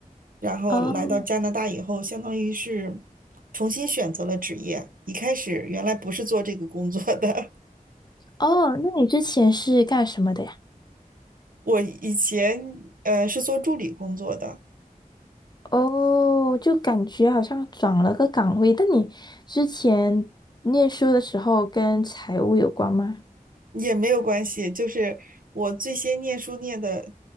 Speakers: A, on the right; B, on the left.
A: 然后来到加拿大以后，
B: 哦
A: 相当于是重新选择了职业。一开始原来不是做这个工作的，
B: 哦，那你之前是干什么的呀？
A: <laughs> 我以前呃是做助理工作的，
B: 哦，就感觉好像转了个岗位。但你之前念书的时候跟财务有关吗？
A: 也没有关系，就是我最先念书念的